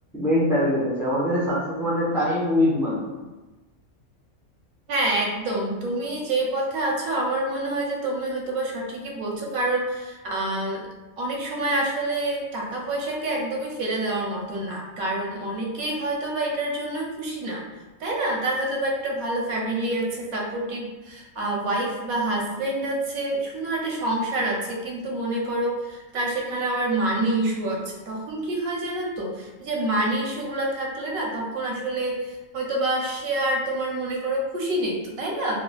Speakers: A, in the centre; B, on the right.
A: মেন টার্গেট আছে আমার কাছে সাকসেস মানে টাইম উইথ মানি
B: হ্যাঁ একদম তুমি যেই পথে আছো আমার মনে হয় যে তুমি হয়তোবা সঠিকই বলছো কারণ আহ, অনেক সময় আসলে টাকা পয়সাকে একদমই ফেলে দেওয়ার মতো না কারণ অনেকেই হয়তোবা এটার জন্য খুশি না তাই না তার হয়তো বা একটা ভালো ফ্যামিলি আছে সাপোর্টিভ ওয়াইফ বা হাজবেন্ড আছে সুন্দর একটা সংসার আছে কিন্তু মনে করো তার সেখানে আবার মানি ইস্যু আছে তখন কি হয় জানো তো এই যে মানি ইস্যুগুলো থাকলে না তখন আসলে হয়তো বা সে আর তোমার মনে করো খুশি নেই তো তাই না